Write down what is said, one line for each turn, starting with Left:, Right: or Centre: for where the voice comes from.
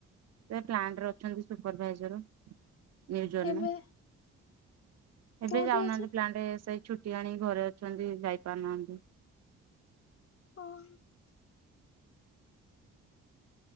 Right: ସେ ପ୍ଲାଣ୍ଟରେ ଅଛନ୍ତି ସୁପରଭାଇଜର ନ୍ୟୁଜନ୍
Left: ଏବେ
Right: ରେ ଏବେ
Left: କୋଉଠି
Right: ଯାଉନାହାନ୍ତି
Left: ଅଛ?
Right: ପ୍ଲାଣ୍ଟ ସେଇ ଛୁଟି ଆଣି ଘରେ ଅଛନ୍ତି ଯାଇ ପାରୁନାହାନ୍ତି।
Left: ଓହୋ।